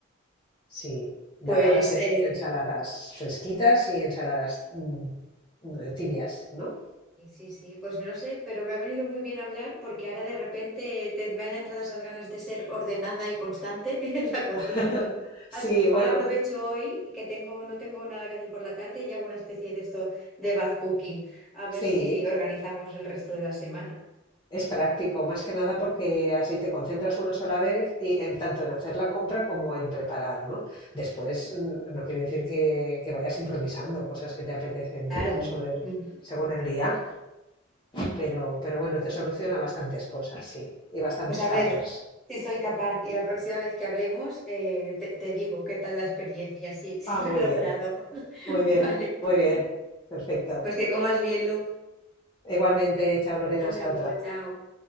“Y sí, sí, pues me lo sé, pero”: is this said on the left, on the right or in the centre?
Centre